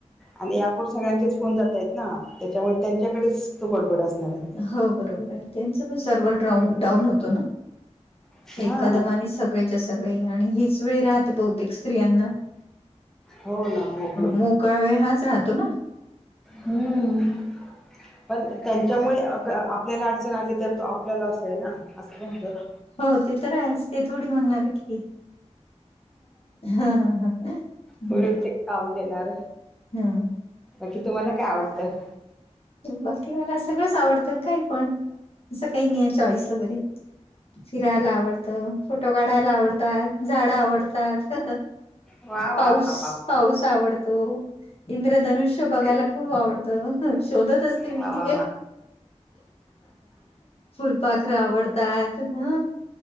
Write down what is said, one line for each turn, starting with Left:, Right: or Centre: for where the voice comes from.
Centre: आणि यापूर सगळ्यांचेच फोन जात आहेत ना त्याच्यामुळे त्यांच्याकडेच तो गडबड असणार आहे
Left: हो बरोबर आहे त्यांच पण सर्वर
Centre: हम्म.
Left: डाउन डाऊन होतो ना
Centre: हा
Left: एकादम आणि सगळेच्या सगळे आणि हीच वेळी राहते बहुतेक स्त्रियांना
Centre: हो ना मोकळी
Left: मोकळा वेळ हाच राहतो ना
Centre: हम्म. पण त्यांच्यामुळे आपल्याला अडचण आली तर तो आपल्याला अस आहे ना असं पण होत ना
Left: हो ते तर आहेच ते थोडी म्हणणार की ह ह ह हम्म
Centre: मुर ते काऊ देणार
Left: हा
Centre: बाकी तुम्हाला काय आवडतं
Left: बाकी मला सगळंच आवडतं काय पण असं काही नाही आहे चॉईस वगैरे फिरायला आवडत फोटो काढायला आवडतात झाड आवडतात
Centre: वा वा
Left: पाऊस
Centre: वा वा
Left: पाऊस आवडत तो इंद्रधनुष्य बघायला
Centre: ग्रेट
Left: खूप आवडतं शोधत असते
Centre: वा
Left: मी
Centre: वा वा
Left: फुलपाखर आवडतात ह